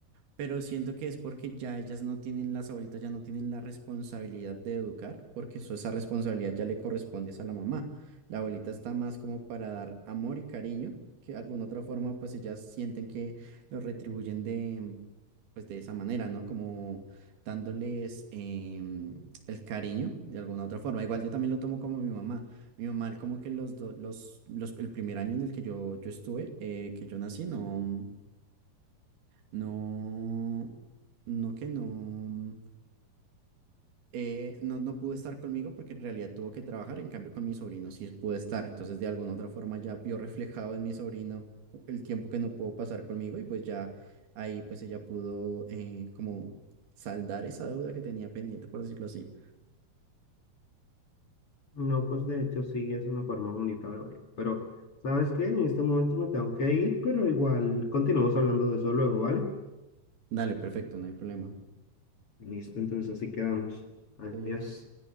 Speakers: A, on the right; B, on the left.
A: Pero siento que es porque ya ellas no tienen, las abuelitas ya no tienen la responsabilidad de educar, porque eso, esa responsabilidad ya le corresponde es a la mamá. La abuelita está más como para dar amor y cariño, que de alguna otra forma pues ellas sienten que lo retribuyen de, pues de esa manera, ¿no? Como dándoles em, el cariño de alguna otra forma. Igual yo también lo tomo como mi mamá. Mi mamá como que los, do- los, los, el primer año en el que yo, yo estuve, eh, que yo nací, no... No, no que no, eh, no, no pudo estar conmigo porque en realidad tuvo que trabajar, en cambio con mi sobrino sí pudo estar, entonces de alguna otra forma ya vio reflejado en mi sobrino el tiempo que no pudo pasar conmigo y pues ya ahí pues ella pudo eh, como saldar esa deuda que tenía pendiente, por decirlo así.
B: No, pues de hecho sí es una forma bonita de verlo. Pero, ¿sabes qué? En este momento me tengo que ir, pero igual continuamos hablando de eso luego, ¿vale?
A: Dale, perfecto, no hay problema.
B: Listo, entonces así quedamos. Adiós.
A: Adiós.